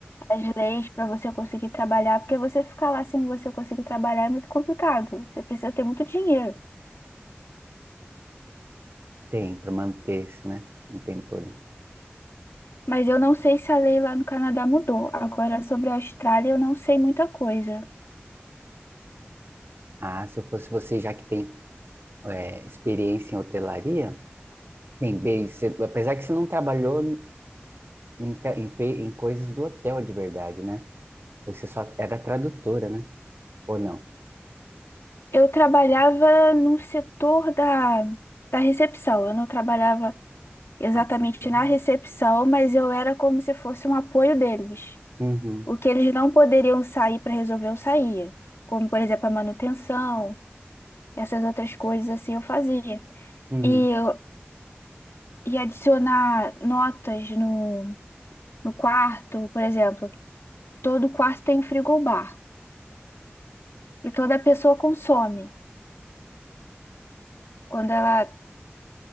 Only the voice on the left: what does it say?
As leis para você conseguir trabalhar, porque você ficar lá sem você conseguir trabalhar é muito complicado. Você precisa ter muito dinheiro.
Mas eu não sei se a lei lá no Canadá mudou. Agora, sobre a Austrália, eu não sei muita coisa.
Eu trabalhava no setor da, da recepção. Eu não trabalhava exatamente
na recepção, mas eu era como se fosse um apoio deles.
O que eles não poderiam sair para resolver, eu saía. Como, por exemplo, a manutenção, essas outras coisas assim eu fazia.
E, eu- e adicionar notas no, no quarto, por exemplo. Todo quarto tem um frigobar. E toda pessoa consome. Quando ela,